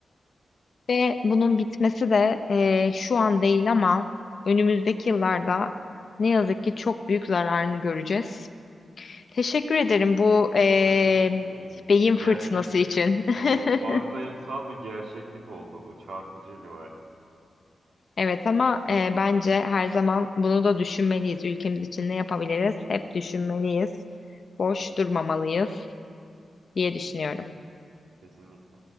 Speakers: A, on the left; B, on the right.
A: Ve bunun bitmesi de eee, şu an değil ama önümüzdeki yıllarda ne yazık ki çok büyük zararını göreceğiz. Teşekkür ederim bu eee,
B: Ben teşekkür ederim.
A: beyin
B: Bu
A: fırtınası
B: gerçek,
A: için. <laughs>
B: bu varsayımsal bir gerçeklik oldu bu çarpıcı bir
A: Evet ama eee, bence her zaman bunu da düşünmeliyiz. Ülkemiz için ne yapabiliriz? Hep düşünmeliyiz. Boş durmamalıyız diye düşünüyorum.
B: Kesinlikle.